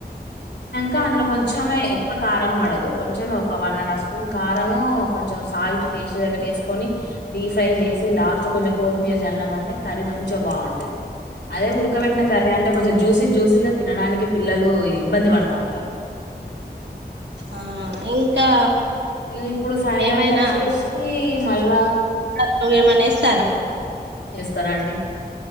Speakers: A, on the left; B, on the right.
A: కా కొంచమే ఎక్కువ కారం పడదు కొంచెమే ఒక వన్ అండ్ హాఫ్ స్పూన్ కారంము కొంచెం సాల్ట్ టేస్టీ దగ్గేసుకొని డీప్ ఫ్రై చేసి లాస్ట్ కొంచెం కొత్తిమీర చల్లం అంటే కర్రీ మంచిగా బాగుంటది అదే ఉడకబెటిన కర్రీ అంటే కొంచెం జ్యూసీ జ్యూసీగా తినడానికి పిల్లలు ఇబ్బంది మడతా అంటారు
B: ఆ ఇంకా
A: ఇక ఇప్పుడు సాయంత్రానికి
B: ఏమైనా
A: వచ్చేసి మళ్ళా
B: మ
A: వస్తానండి